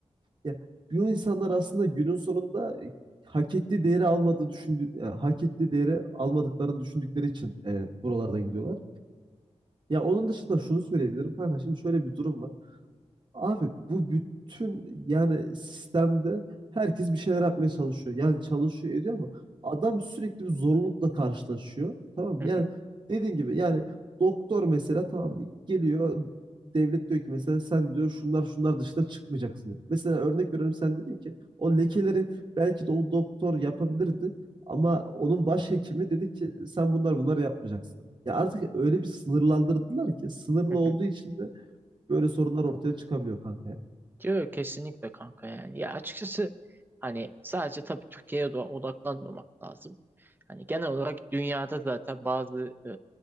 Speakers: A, on the right; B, on the right.
A: ya, bu insanlar aslında günün sonunda e, hak ettiği değeri almadığı düşündü, yani hak ettiği değeri almadıklarını düşündükleri için e, buralardan gidiyorlar. Ya onun dışında şunu söyleyebilirim kanka şimdi şöyle bir durum var. Abi bu bütün yani sistemde herkes bir şeyler yapmaya çalışıyor. Yani çalışıyor ediyor ama adam sürekli bir zorlukla karşılaşıyor. Tamam
B: Hı
A: mı? Yani dediğin gibi yani doktor mesela tamam mı? geliyor devlet diyor ki mesela sen diyor şunlar şunlar dışında çıkmayacaksın diyor. Mesela örnek veriyorum sen dedin ki o lekeleri belki de o doktor yapabilirdi ama onun başhekimi dedi ki sen bunlar bunlar yapmayacaksın. Ya artık öyle bir sınırlandırdılar ki sınırlı
B: hı.
A: olduğu için de Böyle sorunlar ortaya çıkabiliyor kanka ya.
B: Diyor kesinlikle kanka yani. Ya açıkçası hani sadece tabii Türkiye'ye de odaklanmamak lazım. Hani genel olarak dünyada zaten bazı e,